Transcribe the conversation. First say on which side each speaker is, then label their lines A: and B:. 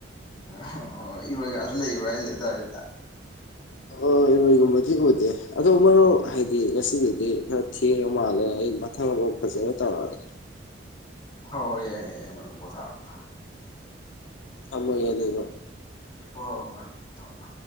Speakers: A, on the left (about 25°); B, on the left (about 80°).
A: ꯑ ꯏꯔꯣꯏ ꯀꯁꯨ ꯂꯩꯕ꯭ꯔꯥ ꯍꯥꯏꯁꯦ ꯑꯗꯨꯋꯥꯏꯗꯨꯗ
B: ꯍꯣꯏ ꯏꯔꯣꯏꯒꯨꯝꯕꯗꯤ ꯎꯗꯦ ꯑꯗꯣ ꯃꯔꯨꯞ ꯍꯥꯏꯗꯤ ꯉꯁꯤꯒꯤꯗꯤ ꯈꯔ ꯊꯦꯡꯉ ꯃꯥꯜꯂꯦ ꯑꯩ ꯃꯊꯪ ꯑꯃꯐꯥꯎ ꯐꯖꯅ ꯇꯧꯔꯛꯑꯒꯦ
A: ꯍ ꯌꯥꯏ ꯌꯥꯏ ꯃꯃꯔ ꯄꯣꯊꯥ ꯊꯥ
B: ꯑꯃꯒ ꯑꯗꯨꯗ
A: ꯍ ꯃꯔ ꯊꯅ